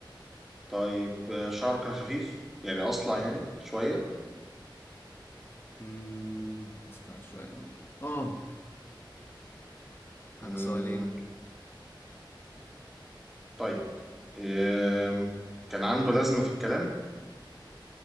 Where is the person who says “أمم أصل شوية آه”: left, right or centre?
Left